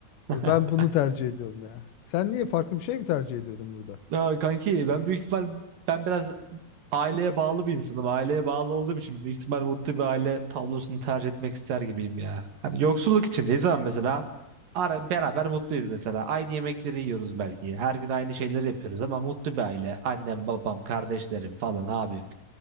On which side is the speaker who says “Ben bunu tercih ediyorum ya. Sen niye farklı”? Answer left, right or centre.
Left